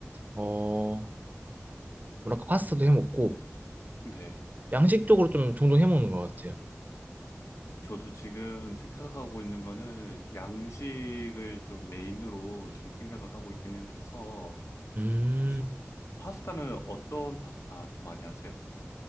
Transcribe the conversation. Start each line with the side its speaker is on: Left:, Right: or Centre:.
Right: 어, 뭐랄까, 파스타도 해 먹고,
Left: 네.
Right: 양식적으로 좀 종종 해 먹는 것 같아요.
Left: 저도 지금 생각하고 있는 거는 양식을 좀 메인으로 지금 생각을 하고 있기는 해서
Right: 음,
Left: 혹시 파스타는 어떤 파스타 좀 많이 하세요?